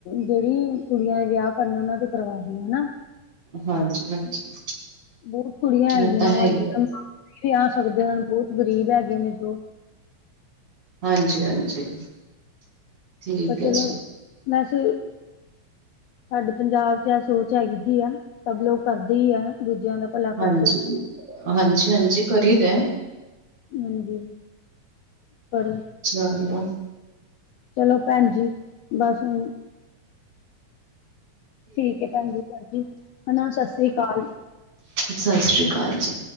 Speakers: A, on the left; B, on the right.
A: ਜੇੜੀ ਕੁੜੀਆਂ ਦੇ ਵਿਆਹ ਕਰਨੇ ਓਨਾਂ ਦੇ ਕਰਵਾ ਦੋਗੇ, ਹਨਾ
B: ਹਾਂਜੀ, ਹਾਂਜੀ।
A: ਬੋਤ ਕੁੜੀਆਂ ਹੈਗੀਆਂ
B: ਇਹ ਤਾਂ ਹੈ
A: ਵਾ
B: ਹੀ
A: <inaudible>
B: ਹੈ
A: ਵਿਆ ਸਕਦੇ ਓਨਾਂ ਨੂੰ ਬੋਤ ਗ਼ਰੀਬ ਹੈਗੇ ਨੇ ਜੋ
B: ਹਾਂਜੀ, ਹਾਂਜੀ। ਠੀਕ
A: ਪਰ
B: ਹੈ
A: ਚਲੋ
B: ਜੀ
A: ਵੈਸੇ ਸਾਡੇ ਪੰਜਾਬ ਚ ਐ ਸੋਚ ਹੈਗੀਦੀ ਆ ਸਭ ਲੋਕ ਕਰਦੇ ਈ ਐ ਦੂਜਿਆਂ ਦਾ। ਭਲਾ
B: ਹਾਂਜੀ,
A: ਕਰਦੇ ਨੇ।
B: ਹਾਂਜੀ-ਹਾਂਜੀ ਕਰੀ ਦਾ।
A: ਹਾਂਜੀ, ਪਰ
B: <unintelligible>
A: ਚਲੋ ਪੈਂਜੀ, ਬੱਸ ਹੁਨ ਠੀਕ ਹੈ ਭੈਣੀ ਜੀ ਭੈਜੀ, ਹਨਾ ਸਸਰੀ ਕਾਲ।
B: ਸਤਿ ਸ੍ਰੀ ਅਕਾਲ ਜੀ